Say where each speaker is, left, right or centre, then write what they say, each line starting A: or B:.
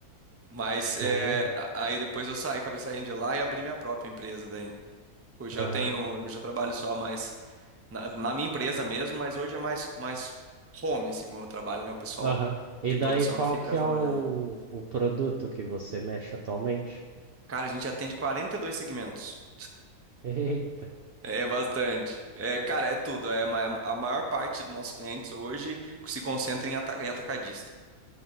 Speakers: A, on the right; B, on the right.
A: Mas
B: show.
A: é, a- aí depois eu saí, acabei saindo de lá e abri minha própria empresa daí. Hoje
B: Aham,
A: eu tenho, hoje eu já trabalho só mais na, na minha empresa mesmo, mas hoje é mais, mais home, assim, o meu trabalho, né? O pessoal
B: aham. E
A: de
B: daí,
A: produção
B: qual
A: que fica
B: que é
A: trabalhando.
B: o, o produto que você mexe atualmente?
A: Cara, a gente atende 42 segmentos.
B: <laughs>
A: É bastante. É, cara, é tudo. É, ma- a maior parte dos nossos clientes hoje se concentra em, ata- em atacadista.